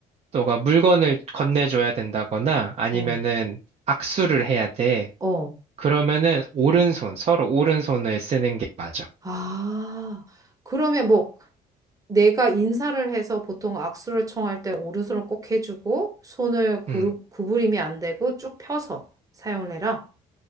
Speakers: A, on the right; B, on the right.
A: 너가 물건을 건네줘야 된다거나 아니면은
B: 어,
A: 악수를 해야 돼.
B: 어.
A: 그러면은 오른손 서로 오른손을 쓰는 게 맞아.
B: 아, 그러면 뭐, 내가 인사를 해서 보통 악수를 청할 때 오른손을 꼭 해주고, 손을 구르,
A: 음,
B: 구부림이 안 되고 쭉 펴서 사용을 해라.